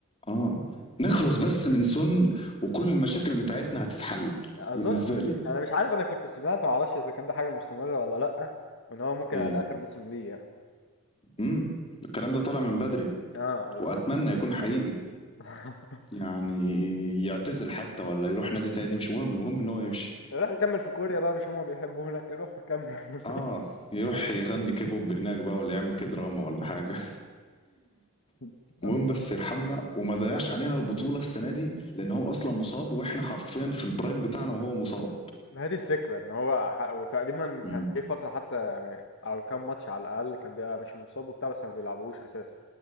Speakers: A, on the left; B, on the left.
A: اه نخلص بس من سن وكل المشاكل بتاعتنا هتتحل
B: اظن
A: بالنسبة لي
B: انا مش عارف انا كنت سمعت ما اعرفش اذا كان ده حاجه مستمره ولا لا وان هو ممكن
A: ايه
B: على اخر موسم ليه يعني
A: امم الكلام ده طالع من بدري
B: اه بالظبط
A: واتمنى يكون حقيقي
B: <laughs>
A: يعني يعتزل حتى ولا يروح نادي تاني مش مهم المهم ان هو يمشي
B: روح كمل في كوريا بقى مش هما بيحبوا هناك روح كمل
A: اه يروح يغني كيبوب هناك بقى ولا يعمل كده دراما ولا حاجة <laughs>
B: <laughs>
A: المهم بس يرحمنا وما ضيعش علينا البطولة السنة دي لان هو اصلا مصاب واحنا حرفيا في البرايم بتاعنا وهو مصاب
B: ما هي دي الفكرة ان هو ح- وتقريبا
A: امم
B: كان جه فترة حتى يعني او كام ماتش على الاقل كان بيبقى مش مصاب وبتاع بس ما بيلعبوهوش اساسي